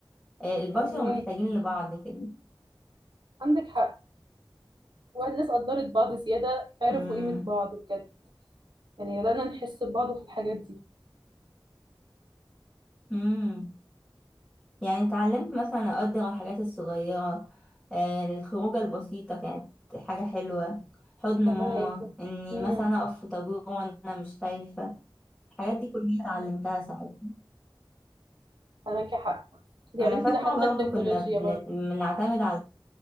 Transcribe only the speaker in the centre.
آه البشر
محتاجين لبعض كده
امم
امم يعني اتعلمت مثلا اقدر الحاجات الصغيرة آه الخروجة البسيطة كانت حاجة حلوة حضن
ماما اني
مثلا اقف في طابور وانا مش خايفة الحاجات دي كلها اتعلمتها ساعتها
انا
فاكره
برضه
كنا بن- بنعتمد على